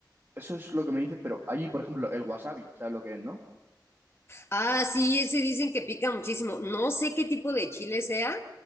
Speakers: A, on the right; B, on the left.
A: eso es lo que me dices, pero hay, por ejemplo, el wasabi, ¿sabes lo que es, no?
B: Ah, sí, ese dicen que pica muchísimo. No sé qué tipo de chile sea,